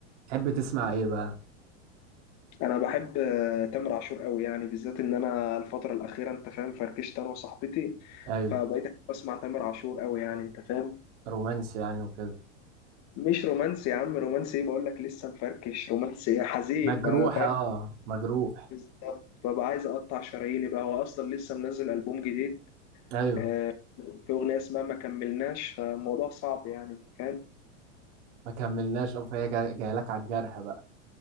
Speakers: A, on the right; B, on the left.
A: تحب تسمع ايه بقى
B: انا بحب آه، تامر عاشور قوي يعني بالذات ان انا الفتره الاخيره انت فاهم فركشت انا وصاحبتي
A: ايوه
B: فبقيت أحب اسمع تامر عاشور قوي يعني انت فاهم
A: رومانسي يعني وكده
B: مش رومانسي يا عم رومانسي ايه بقول لك لسه مفركش رومانسي إيه؟ حزين
A: مجروح
B: بقى فاهم
A: اه مجروح
B: بالظبط ببقى عايز اقطع شراييني بقى هو اصلا لسه منزل البوم جديد
A: ايوه
B: آه، في اغنيه اسمها ما كملناش فالموضوع صعب يعني انت فاهم
A: ما كملناش اه فهي جا- جايه لك على الجرح بقى